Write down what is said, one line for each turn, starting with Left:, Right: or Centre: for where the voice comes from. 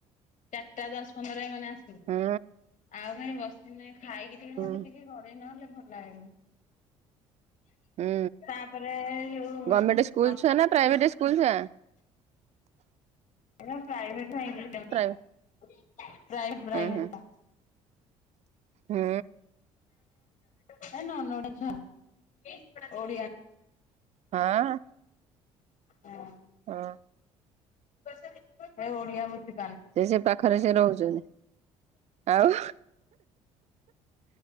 Left: ଚାରିଟା ଦଶ ପନ୍ଦରରେଏ ମାନେ ଆସ ଆଉ
Right: ହୁଁ
Left: କାଇଁ ବସିିନି ଖାଇକି ଟିକେ
Right: ହୁଁ।
Left: ମତେ ଟିକେ ଗଢେଇ ନହେଲେ ଭଲ ଲାଗେନି।
Right: ହୁଁ
Left: ତାପରେ ଯଉ
Right: ଗଭର୍ଣ୍ଣମେଣ୍ଟ ସ୍କୁଲ
Left: ତମ
Right: ଛୁଆ ନା ପ୍ରାଇଭେଟ ସ୍କୁଲ ସା
Left: ଏଟା ପ୍ରାଇଭେଟ ଭାଇ ପ୍ରାଇଭେଟ
Right: ହୁଁ
Left: ପ୍ରାଇଭେଟ
Right: ହୁଁ
Left: ଟା।
Right: ହୁଁ।
Left: ହେ ନନ ଓଡ଼ିଆ ଛୁଆ ଓଡିଆ
Right: ହଁ।
Left: ହଁ।
Right: ହଁ।
Left: ସେ ଓଡିଆ ବୁଝୁ
Right: ସେ ସେ ପାଖରେ ସେ ରହୁଛନ୍ତି ଆଉ।